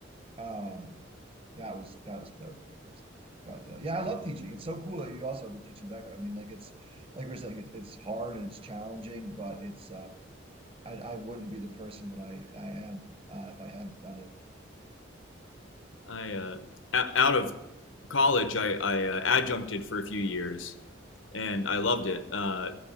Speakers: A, on the right; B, on the left.
A: Um, that was that was that was pretty crazy. But uh, yeah, I love teaching. It's so cool that you also have a teaching background. I mean, like it's like we're saying, it's, it's hard and it's challenging, but it's um, I, I wouldn't be the person that I I am uh, if I hadn't done it.
B: I uh, out of college, I, I uh, adjuncted for a few years, and I loved it. Uh,